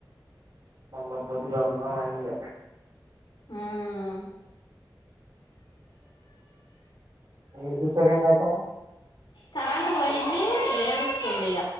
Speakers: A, on the right (about 65°); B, on the left (about 90°).
A: మళ్ళ పొద్దుగాల దుదాం అన్నిగా
B: హ్మ్
A: ఏడు దిసరేందక
B: కరెంట్ పోయింది ఏడుస్తుంది ఇగ